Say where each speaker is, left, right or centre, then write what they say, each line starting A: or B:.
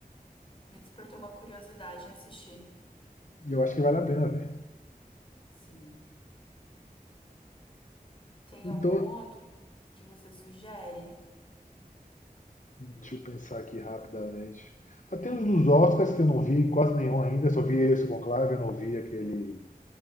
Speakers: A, on the left; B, on the left.
A: me despertou uma curiosidade em assistir.
B: E eu acho que vale a pena ver.
A: Sim. Tem
B: Então,
A: algum outro que você sugere?
B: deixa eu pensar aqui rapidamente. Ah, Tem
A: <laughs>
B: uns dos Oscars que eu não vi quase nenhum ainda, só vi esse Conclave, eu não vi aquele